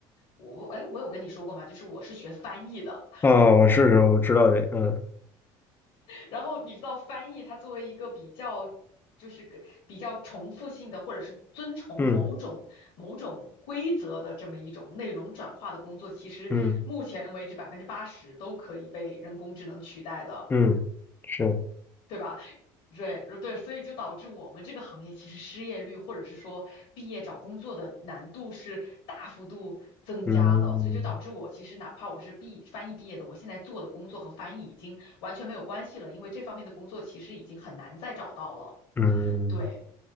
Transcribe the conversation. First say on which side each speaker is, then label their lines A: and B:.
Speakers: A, on the left; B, on the left.
A: 我哎我有跟你说过吗？就是我是学翻译的。
B: 啊，我试试，我知道这嗯
A: 然后你知道翻译，它作为一个比较，就是个比较重复性的，或者是遵从某种某种规则的这么一种内容转化的工作，
B: 嗯
A: 其实目前为止百分之八十都可以被人工智能取代的，
B: 嗯嗯，是。
A: 对吧？对对，所以就导致我们这个行业其实失业率或者是说毕业找工作的难度是大幅度增加的，
B: 嗯
A: 所以就导致我其实哪怕我是毕翻译毕业的，我现在做的工作和翻译已经完全没有关系了，因为这方面的工作其实已经很难再找到了。
B: 嗯，
A: 对，